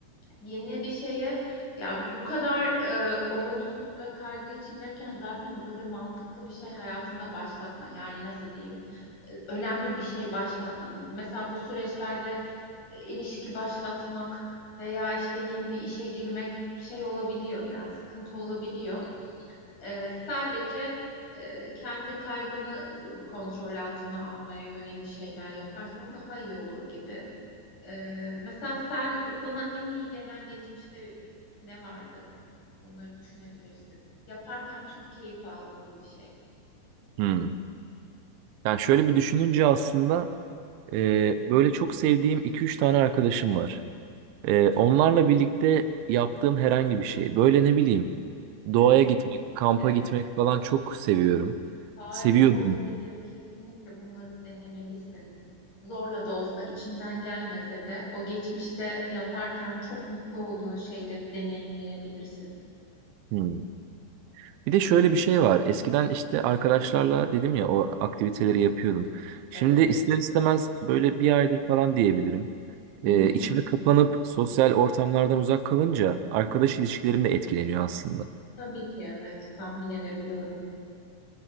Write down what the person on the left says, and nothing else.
Yeni bir şeye ya bu kadar e, olumsuz ve kaygı içindeyken zaten böyle mantıklı bir şey hayatında başlatma. Yani nasıl diyeyim? E, Önemli bir şey başlatma. Mesela bu süreçlerde e, ilişki başlatmak veya işte yeni bir işe girmek şey olabiliyor yani sıkıntı olabiliyor. E, sadece e, kendi kaygını e, kontrol altına almaya yönelik şeyler yaparsan daha iyi olur gibi. Ee, mesela sen sana en iyi gelen geçmişte ne vardı? Bunları düşünebilirsin. Yaparken çok keyif aldığın bir şey.
Evet,
evet,
evet.
Harika
olabilir. Kesinlikle bunları denemelisin. Zorla da olsa içinden gelmese de o geçmişte yaparken çok mutlu olduğun şeyleri deneyimleyebilirsin.
Evet.
Hı
hı.
Tabii ki evet. Tahmin edebiliyorum.